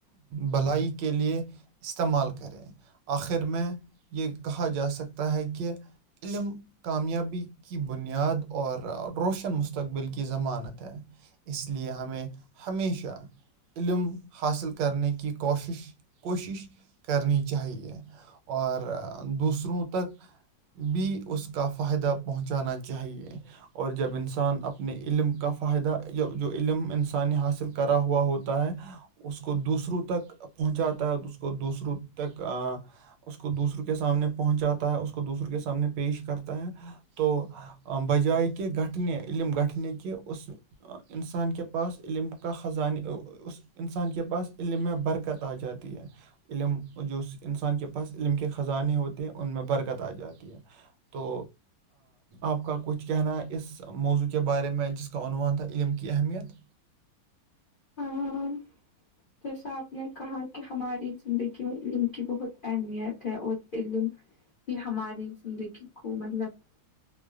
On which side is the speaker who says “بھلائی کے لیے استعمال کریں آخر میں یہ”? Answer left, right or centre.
Right